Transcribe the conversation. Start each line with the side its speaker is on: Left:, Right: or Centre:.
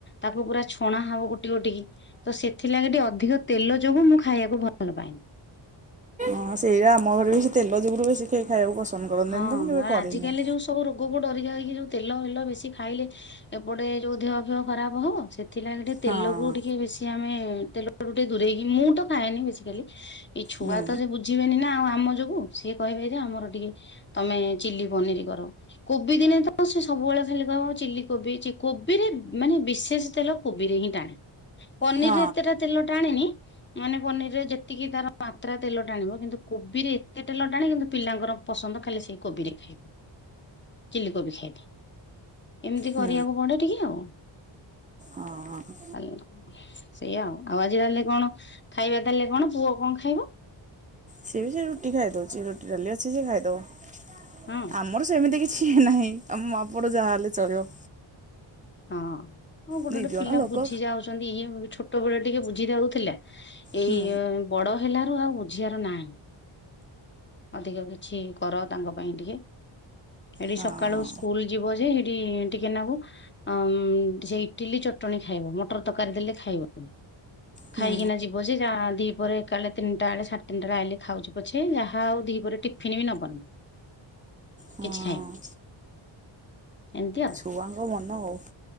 Left: ତାକୁ ପୁରା ଛଣା ହବ ଗୋଟି ଗୋଟିକି ତ ସେଥିଲାଗି ଟିକେ ଅଧିକ ତେଲ ଯୋଗୁ ମୁଁ ଖାଇବାକୁ ଭଲ ପାଏନି।
Right: ହଁ ସେଇୟା ଆମ ଘରେବି ସେଇ ତେଲ ଯୁଗୁରୁ ବେଶୀ କେହି ଖାଇବାକୁ ପସନ୍ କରନ୍ତିନି
Left: ହଁ
Right: ତ ମୁଁ କେବେ
Left: ଆଉ
Right: କରେନି।
Left: ଆଜିକାଲି ଯୋଉ ସବୁ ରୋଗକୁ ଡରି ଯାଇକି ଯୋଉ ତେଲ ଫେଲ ବେଶି ଖାଇଲେ ଏପଟେ ଯୋଉ ଦେହ ଫେହ ଖରାପ ହବ ସେ ଥିଲାଗି ଟିକେ ତେଲକୁ
Right: ହଁ
Left: ଟିକେ ବେଶୀ ଆମେ ତେଲୁ ଟିକେ ଦୂରେଇକି ମୁଁ ତ ଖାଏନି ବେଶୀ ଖାଲି। ଏଇ ଛୁଆତ
Right: ହୁଁ ହୁଁ
Left: ଥରେ ବୁଝିବେନି ନା ଆଉ ଆମ ଯୋଗୁ ସିଏ କହିବେ ଯେ ଆମର ଟିକେ ତମେ ଚିଲି ପନିରି କର। କୋବି ଦିନେତ ସେ ସବୁବେଳେ ଖାଲି କହିବ ଚିଲି କୋବିଚି କୋବିରେ ମାନେ ବିଶେଷେ ତେଲ କୋବିରେ ହିଁ ଟାଣେ ପନିର୍
Right: ହଁ।
Left: ରେ ଏତେଟା ତେଲ ଟାଣେନି ମାନେ ପନିର୍ ରେ ଯେତିକି ତାର ମାତ୍ରା ତେଲ ଟାଣିବ କିନ୍ତୁ କୋବିରେ ଏତେ ତେଲ ଟାଣେ କିନ୍ତୁ ପିଲାଙ୍କର ପସନ୍ଦ ଖାଲେ ସେଇ କୋବିରେ ଥାଏ। ଚିଲି କୋବି ଖାଇବି ଏମିତି କରିବାକୁ
Right: ହୁଁ
Left: ପଡେ ଟିକେ ଆଉ।
Right: ଅହଁ।
Left: <unintelligible> ସେଇଆ ଆଉ ଆଉ ଆଜି ତାହେଲେ କଣ ଖାଇବା ତାହେଲେ କଣ ପୁଅ କଣ ଖାଇବ?
Right: ସିଏବି ସେଇ ରୁଟି ଖାଇଦଉଚି ରୁଟି, ଡାଲି ଅଛି ସେ ଖାଇଦବ।
Left: ହଁ
Right: ଆମର ସେମିତି କିଛି ନାହିଁ ଆମ ମା ପୁଅର ଯାହା ହେଲେ ଚଳିବ।
Left: ହଁ ହଁ ଗୋଟେ
Right: ଦି
Left: ଗୋଟେ
Right: ଜଣ
Left: ପିଲା
Right: ଲୋକ
Left: ବୁଝି ଯାଉ ଚନ୍ତି ଇଏ ଛୋଟ ବେଳ ଟିକେ ବୁଝି ଯାଉଥିଲା ଏଇ
Right: ହୁଁ
Left: ଇଏ ବଡ଼ ହେଲାରୁ ଆଉ ବୁଝିବାରୁ ନାହିଁ। ଅଧିକ କିଛି କର ତାଙ୍କ ପାଇଁ ଟିକେ ଏଠି
Right: ହଁ
Left: ସକାଳୁ ସ୍କୁଲ୍ ଯିବ ଯେ ହେଇଠି ଟିକେ ନାକୁ ଆମ୍ ସେ ଇଟିଲି ଚଟଣୀ ଖାଇବ ମଟର୍ ତର୍କାରୀ ଦେଲେ ଖାଇବନି
Right: ହୁଁ।
Left: ଖାଇକିନା ଯିବ ଯେ ଯାହା ଦି ପରେ କାଳେ ତିନ୍ଟା ବଳେ ସାଢେ ତିନ୍ଟା ଆଇଲେ ଖାଉଚି ପଛେ ଯାହା ଆଉ ଦି ପହରେ ଟିଫିନି ବି ନବନି
Right: ହଁ
Left: କିଛି ନାହିଁ। ଏମିତି ଆଉ।
Right: ଛୁଆଙ୍କ ମନଓ